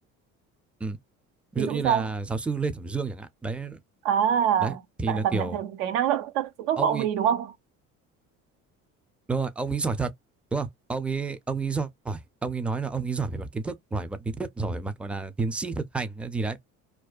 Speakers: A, in the centre; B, on the right.
A: ừ. ví
B: ví
A: dụ
B: dụ
A: như là
B: sao
A: giáo sư Lê Thẩm Dương chẳng hạn đấy
B: à
A: đấy thì
B: bạn
A: là
B: cảm
A: kiểu
B: nhận được cái năng lượng thật sự tốt
A: ông
B: của ông
A: ấy
B: ấy đúng không
A: đúng rồi ông ấy giỏi thật đúng không ông ấy ông ấy giỏi ông ấy nói là ông ấy giỏi về mặt kiến thức giỏi về mặt lý thuyết giỏi về mặt gọi là tiến sĩ thực hành hay gì đấy